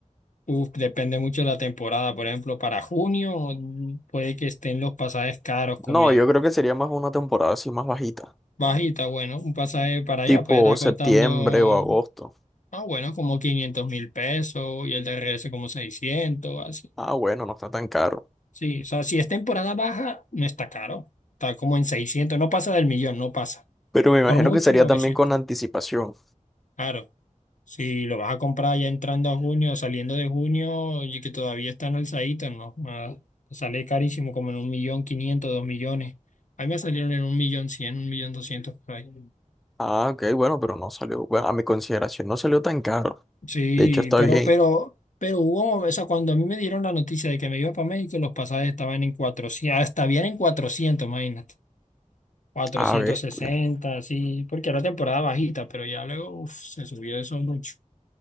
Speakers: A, on the left; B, in the centre.
A: Uf, depende mucho de la temporada. Por ejemplo, para junio mm, puede que estén los pasajes caros como
B: No,
A: en
B: yo creo que sería más una temporada así más bajita,
A: Bajita, bueno, un pasaje para allá
B: tipo
A: puede estar
B: septiembre
A: costando,
B: o agosto.
A: ah, bueno, como quinientos mil pesos y el de regreso como 600 así.
B: Ah, bueno, no está tan caro.
A: Sí, o sea, si es temporada baja, no está caro. Está como en seiscientos no pasa del millón, no pasa.
B: Pero me imagino
A: Por mucho
B: que sería
A: novecientos
B: también con anticipación.
A: Claro, si lo vas a comprar ya entrando a junio, saliendo de junio y que todavía están alzaditos, no, nada. Te sale carísimo, como en un millón quinientos dos millones. A mí me salieron en un millón cien un millón doscientos por ahí.
B: Ah, ok, bueno, pero no salió, bueno, a mi consideración no salió tan caro.
A: Sí,
B: De hecho, está
A: pero,
B: bien.
A: pero, pero hubo, o sea, cuando a mí me dieron la noticia de que me iba para México, los pasajes estaban en 400, hasta habían en 400, imagínate, cuatrocientos
B: Ah, bestia.
A: sesenta, así, porque era temporada bajita, pero ya luego uf, se subió eso mucho.